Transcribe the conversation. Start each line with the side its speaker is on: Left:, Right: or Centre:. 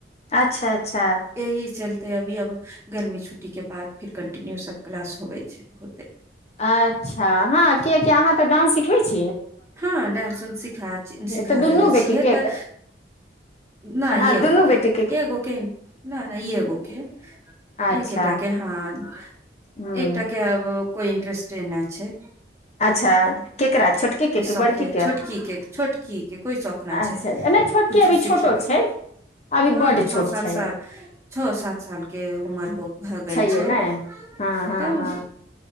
Left: अच्छा अच्छा
Right: एहि चलते अभी अब गर्मी छुट्टी के बाद फिर कंटिन्यू सब क्लास होबे छै होते
Left: अच्छा हँ कियकि अहाँ तऽ डान्स सिखबै छी
Right: हँ डानंस उंस सिखा
Left: तऽ
Right: रहले
Left: दुनू बेटीके
Right: छियै तऽ नहि
Left: हँ
Right: एगो
Left: दुनू
Right: के
Left: बेटीके
Right: एगो केगो के
Left: अच्छा
Right: एके के हँ
Left: ह
Right: एक के आब कोइ ट्रस्ट एना छै
Left: अच्छा केकरा छोटके के कि
Right: शौख
Left: बड़की
Right: ह
Left: के
Right: छोटकी के छोटकी के कोइ शौख न
Left: अच्छा
Right: छै
Left: नहि छोटकी
Right: कुछो
Left: अभी
Right: सीखे
Left: छोटो
Right: करके
Left: छै अभी
Right: हँ
Left: बड्ड
Right: तऽ छओ
Left: छोट
Right: सात
Left: छै
Right: साल छओ सात साल के उमर हो भए गेल
Left: छैे
Right: छै
Left: ने हँ हँ
Right: तऽ
Left: हँ